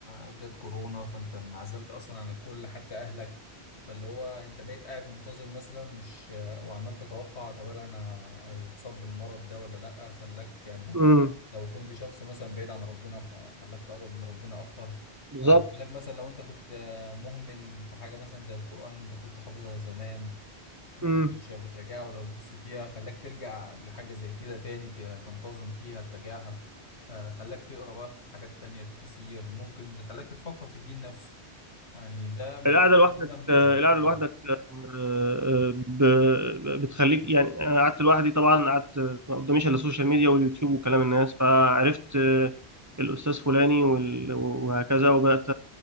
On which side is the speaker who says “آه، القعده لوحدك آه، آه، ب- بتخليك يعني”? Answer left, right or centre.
Right